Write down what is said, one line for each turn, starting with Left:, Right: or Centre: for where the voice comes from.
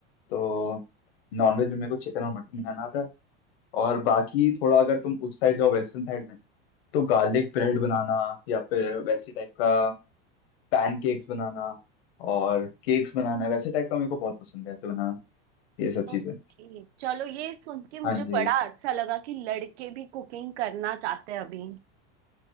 Left: तो नॉन वेज में मेरे को चिकन और मटन बनाना आता है और बाकी थोड़ा अगर तुम उस साइड जाओ वेस्टर्न साइड में तो गार्लिक ब्रेड बनाना या फिर वैसे टाइप का पैनकेक्स बनाना और केक्स बनाना वैसे टाइप का मेरे को बहुत पसंद है ऐसे बनाना ये सब
Right: ओके
Left: चीजें
Right: चलो ये सुन के मुझे
Left: हाँ जी
Right: बड़ा अच्छा लगा कि लड़के भी कुकिंग करना चाहते हैं अभी